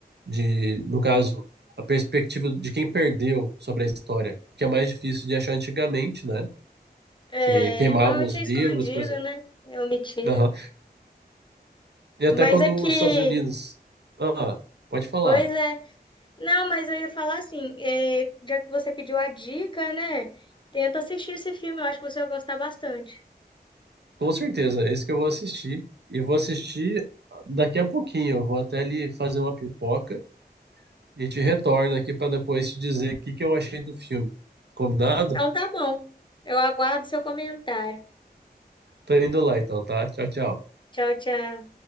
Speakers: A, on the right; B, on the left.
A: de, no caso, a perspectiva de quem perdeu sobre a história, que é mais difícil de achar antigamente, né?
B: É,
A: Que queimavam
B: normalmente
A: os livros,
B: é escondida,
A: por exemplo.
B: né? É omitida.
A: Aham. E até
B: Mas
A: quando
B: aqui,
A: os Estados Unidos. Ah, pode falar.
B: pois é. Não, mas eu ia falar assim, é, já que você pediu a dica, né? Tenta assistir esse filme, eu acho que você vai gostar bastante.
A: Com certeza, é esse que eu vou assistir. E vou assistir daqui a pouquinho. Eu vou até ali fazer uma pipoca e te retorno aqui para depois te dizer o que que eu achei do filme. Combinado?
B: Então tá bom. Eu aguardo seu comentário.
A: Tô indo lá então, tá? Tchau, tchau.
B: Tchau, tchau.